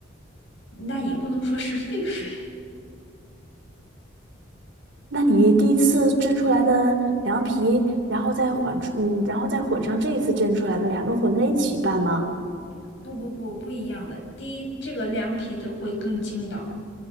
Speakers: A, on the left; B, on the right.
A: 那也不能说是沸水，
B: 那你第一次蒸出来的凉皮，然后再混出嗯，然后再混上这一次蒸出来的，两个混在一起拌吗？
A: <laughs> 不不不，不一样的。第一，这个凉皮的会更筋道。